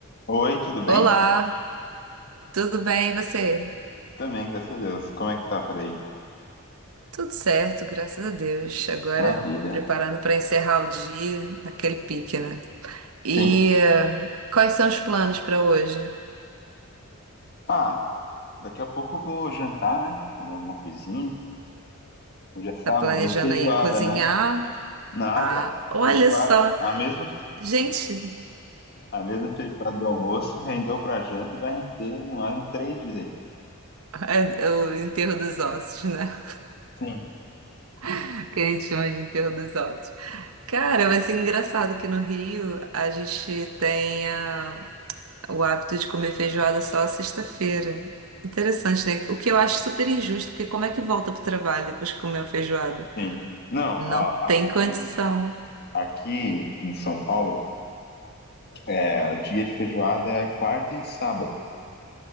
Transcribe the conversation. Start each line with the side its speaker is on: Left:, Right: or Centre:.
Left: Oi, tudo bem?
Right: Olá, tudo bem e você?
Left: Também, graças a Deus. Como é que tá por aí?
Right: Tudo certo, graças a Deus. Agora
Left: Maravilha.
Right: me preparando para encerrar o dia naquele pique, né?
Left: Sim.
Right: E eh, quais são os planos para hoje?
Left: Ah, daqui a pouco eu vou jantar, né? Comer alguma coisinha. Hoje é sábado,
Right: Tá planejando
Left: dia de feijoada,
Right: aí cozinhar?
Left: né? Nada.
Right: Ah, olha
Left: Feijoada.
Right: só!
Left: A mesma,
Right: Gente,
Left: a mesma feijoada do almoço rendeu pra janta e vai render mais uns três dias. aí.
Right: é é o enterro dos ossos, né?
Left: Sim,
Right: <laughs> Que a gente chama de enterro dos ossos. Cara, vai ser engraçado que no Rio a gente tenha. o hábito de comer feijoada só à sexta-feira. Interessante, né? O que eu acho super injusto, porque como é que volta pro trabalho depois que comeu feijoada?
Left: sim. Não,
Right: Não
Left: ó, aqui,
Right: tem condição.
Left: aqui em São Paulo, é, o dia de feijoada é quarta e sábado.